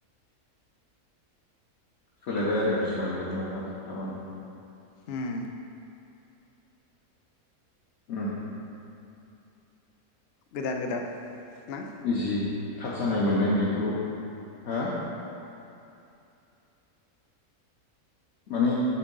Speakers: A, on the left; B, on the left.
A: सोलायबाय आरो सिगांनिबायाददि नंला थारमानि।
B: हम
A: उम
B: गोदान गोदान ना?
A: इजि थाब जानाय मोननाय बेखौल' हो माने